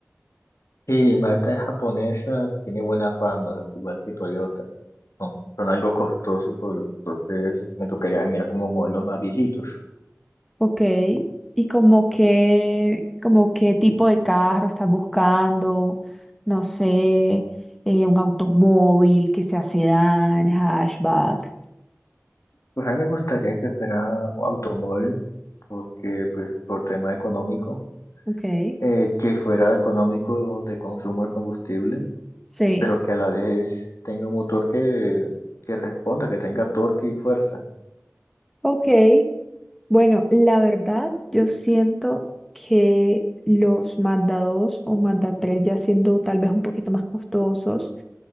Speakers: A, on the left; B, in the centre.
A: Sí, Mazda es japonesa, tiene buena fama, lo que igual que Toyota. son, son algo costosos, por- entonces me tocaría mirar como modelos más viejitos.
B: Ok. ¿Y como qué, como qué tipo de carro estás buscando? No sé, eh, un automóvil que sea sedán, hatchback.
A: Pues a mí me gustaría que fuera automóvil, porque pues por tema económico,
B: Ok.
A: eh, que fuera económico de consumo de combustible,
B: Sí.
A: pero que a la vez tenga un motor que, que responda, que tenga torque y fuerza.
B: Ok. Bueno, la verdad, yo siento que los Mazda dos o Mazda tres, ya siendo tal vez un poquito más costosos,